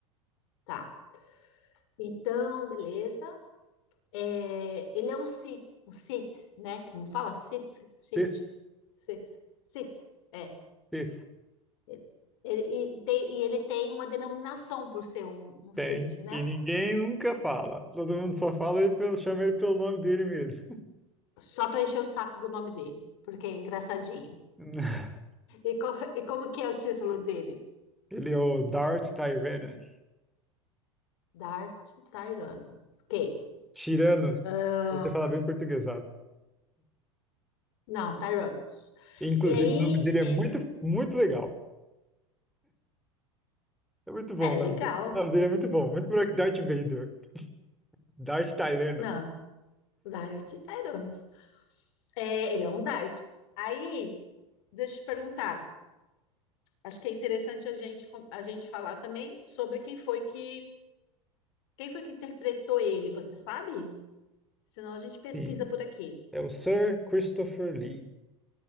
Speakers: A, on the left; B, in the centre.
A: Tá. Então, beleza. É, ele é um Sith, um Sith, né? Como fala? Sith, Sith,
B: Sith,
A: Sith, Sith, é.
B: Sith.
A: Ele- ele- e, tem- e ele tem uma denominação por ser um, um Sith,
B: Tem.
A: né?
B: E ninguém nunca fala. Todo mundo só fala ele pelo, chama ele pelo nome dele mesmo.
A: Só para encher o saco do nome dele, porque é engraçadinho.
B: <laughs>
A: E, co- e como que é o título dele?
B: Ele é o Darth Tyrannus.
A: Dart Tyrannus. Quem?
B: Tiranos.
A: Ah,
B: Você fala bem portuguesado.
A: Não, Tyrannus.
B: Inclusive,
A: E aí,
B: o nome dele é
A: é,
B: muito, muito legal. É muito bom
A: é
B: o
A: legal.
B: nome dele. O nome dele é muito bom. Muito melhor que Darth Vader. Darth Tyrannus.
A: Não, Dart Tyrannus. É, ele é um Dart. Aí, deixa eu te perguntar. acho que é interessante a gente, a gente falar também sobre quem foi que quem foi que interpretou ele, você sabe? Senão a gente pesquisa
B: Sim.
A: por aqui.
B: É o Sir Christopher Lee.